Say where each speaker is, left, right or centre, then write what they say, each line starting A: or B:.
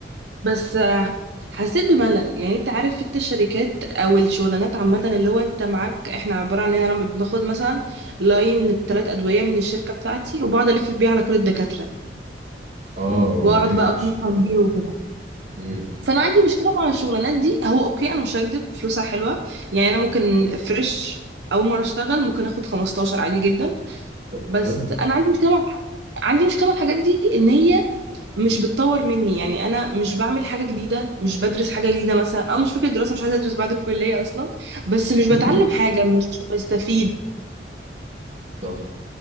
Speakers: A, on the right; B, on the right.
A: بس آه، حسيت بملل يعني انت عارف في الشركات او الشغلانات عامه اللي هو انت معاك احنا عباره عن ان انا باخد مثلا لاين ثلاث ادويه من الشركه بتاعتي وبقعد الف بيها على كل الدكاتره
B: أه أوكي
A: واقعد بقى
B: ماشي
A: اقنعهم بيها وكده
B: مم.
A: فانا عندي مشكله مع الشغلانات دي هو اوكي انا مش هكدب فلوسها حلوه يعني انا ممكن فريش اول مره اشتغل ممكن اخد 15 عادي جدا
B: طب
A: بس
B: حلو
A: انا عندي مشكله مع عندي مشكله مع الحاجات دي ان هي مش بتطور مني يعني انا مش بعمل حاجه جديده مش بدرس حاجه جديده مثلا او مش فكره دراسه مش عايزه ادرس بعد الكليه اصلا بس مش بتعلم
B: <laughs>
A: حاجه مش بستفيد
B: صح